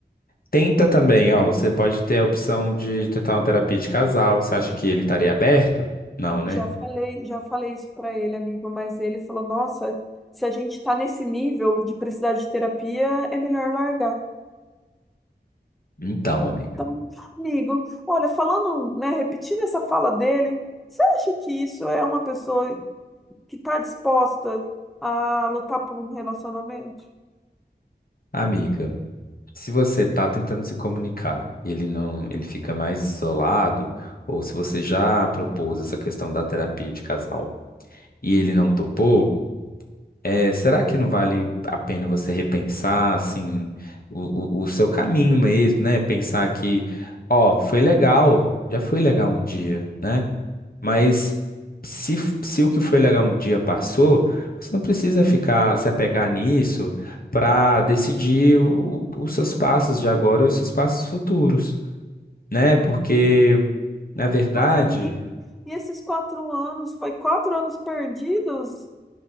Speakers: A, on the left (about 55°); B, in the centre.
A: Tenta também, ó, você pode ter a opção de tentar uma terapia de casal. Você acha que ele estaria aberto? Não, né?
B: Já falei, já falei isso para ele, amigo, mas ele falou: Nossa, se a gente tá nesse nível de precisar de terapia, é melhor largar.
A: Então, amiga.
B: Então, amigo, olha, falando, né, repetindo essa fala dele, você acha que isso é uma pessoa que tá disposta a lutar por um relacionamento?
A: Amiga, se você tá tentando se comunicar e ele não, ele fica mais isolado, ou se você já propôs essa questão da terapia de casal e ele não topou, é, será que não vale a pena você repensar, assim, o, o, o seu caminho mesmo, né? Pensar que, ó, foi legal, já foi legal um dia, né? Mas se, f- se o que foi legal um dia passou, você não precisa ficar se apegar nisso para decidir o- os seus passos de agora e os seus passos futuros, né? Porque, na verdade,
B: Mas, amigo, e esses quatro anos, foi quatro anos perdidos?